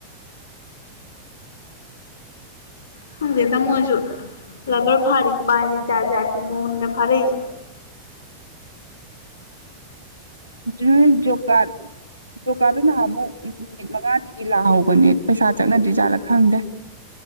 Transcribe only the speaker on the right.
ꯖꯨ ꯖꯣꯀꯥꯔꯇ ꯖꯣꯒꯥꯥꯗꯨ ꯅꯍꯥ ꯑꯃꯨꯛ ꯅꯨꯃꯤꯠ ꯃꯉꯥꯒꯤ ꯂꯥꯛꯍꯧꯕꯅꯦ ꯄꯩꯁꯥ ꯆꯠꯅꯗ꯭ꯔꯤꯖꯥꯠꯂꯥ ꯈꯪꯗꯦ